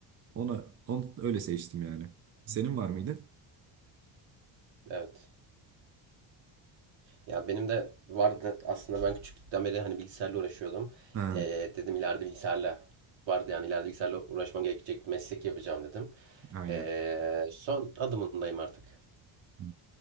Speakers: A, on the right; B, on the right.
A: onu, onu öyle seçtim yani. Senin var mıydı?
B: Evet. Ya benim de vardı aslında ben küçüklükten beri hani bilgisayarla uğraşıyordum.
A: Ha,
B: E, dedim ileride bilgisayarla vardı yani ileride bilgisayarla uğraşmam gerekecek meslek yapacağım dedim.
A: aynen.
B: Ee, son adımındayım artık.
A: <clears throat>